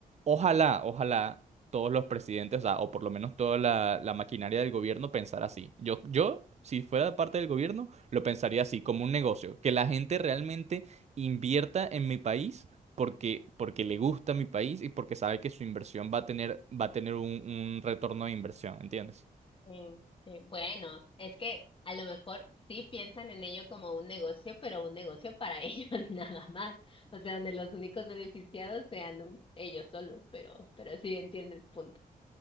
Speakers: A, on the right; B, on the left.
A: Ojalá, ojalá todos los presidentes, o sea, o por lo menos toda la, la maquinaria del gobierno pensara así. Yo, yo, si fuera
B: Sí.
A: parte del gobierno, lo pensaría así, como un negocio, que la gente realmente invierta en mi país porque, porque le gusta mi país y porque sabe que su inversión va a tener, va a tener un, un retorno de inversión, ¿entiendes?
B: Sí, sí. Bueno, es que a lo mejor sí piensan en ello como un negocio, pero un negocio para <laughs> ellos nada más. O sea, donde los únicos beneficiados sean un- ellos solos, pero, pero sí entiendo el punto.